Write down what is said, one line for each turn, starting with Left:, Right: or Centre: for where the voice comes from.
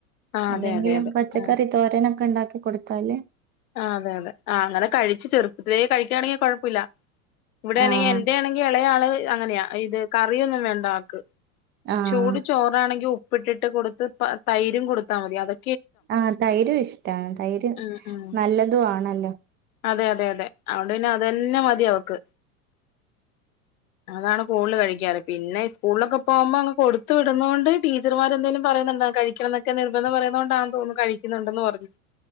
Left: ആ
Right: എന്തെങ്കിലുംക്കെ
Left: അതെ അതെ അതെ
Right: പച്ചക്കറി
Left: ഉം
Right: തോരനൊക്കെണ്ടാക്കി കൊടുത്താല്
Left: ആഹ് അതെ അതെ ആഹ് അങ്ങനെ കഴിച്ച് ചെുപ്പത്തിലേ കഴിക്കാണെങ്കി കൊഴപ്പില്ല ഇവിടെയാണെങ്കി
Right: ആഹ്
Left: എന്റെ ആണെങ്കി ഇളയാള് അങ്ങനെയാ ഇത് കറിയൊന്നും വേണ്ട ആക്ക്
Right: ആഹ്
Left: ചൂട് ചോറാണെങ്കി ഉ ഉപ്പിട്ടിട്ട് കൊടുത്ത് തൈരും കൊടുത്താ മതി അതൊ
Right: ആഹ് തൈരും ഇഷ്ടാണ് തൈര്
Left: ഉം ഉം
Right: നല്ലതുവാണല്ലോ
Left: അതെ അതെ അതെ അതുകൊണ്ട് പിന്നെ അതന്നെ മതി അവക്ക് അതാണ് കൂടുതല് കഴിക്കാറ് പിന്നെ സ്കൂളിലൊക്കെ പോകുമ്പോ അങ്ങ് കൊടുത്ത് വിടുന്നോണ്ട് ടീച്ചർമാരെന്തേലും പറയുന്നുണ്ടാവും കഴി കഴിക്കണന്നക്കെ നിർബന്ധം പറയുന്ന കൊണ്ടാണ് തോന്നുന്നു കഴിക്കുന്നുണ്ടെന്ന് പറഞ്ഞു